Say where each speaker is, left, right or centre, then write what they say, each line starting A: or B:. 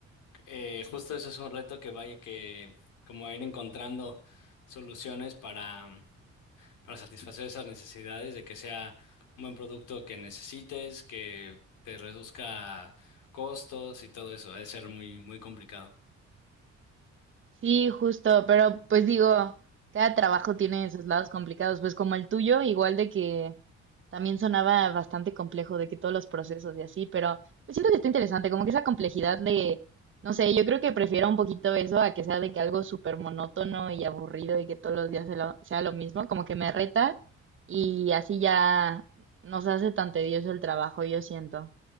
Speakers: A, on the left; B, on the right.
A: Eh, justo eso es un reto que vaya que como ir encontrando soluciones para, para satisfacer esas necesidades, de que sea un buen producto que necesites, que te reduzca costos y todo eso. Ha de ser muy, muy complicado.
B: Sí, justo, pero pues digo, cada trabajo tiene sus lados complicados, pues como el tuyo, igual de que también sonaba bastante complejo, de que todos los procesos y así, pero pues siento que está interesante, como que esa complejidad de, no sé, yo creo que prefiero un poquito eso a que sea de que algo súper monótono y aburrido y que todos los días se lo- sea lo mismo, como que me reta y así ya no se hace tan tedioso el trabajo, yo siento.